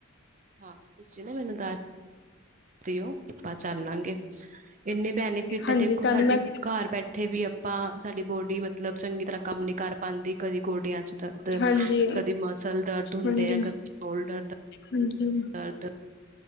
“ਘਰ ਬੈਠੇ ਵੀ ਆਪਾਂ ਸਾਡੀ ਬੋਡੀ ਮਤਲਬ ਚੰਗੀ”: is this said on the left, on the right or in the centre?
Right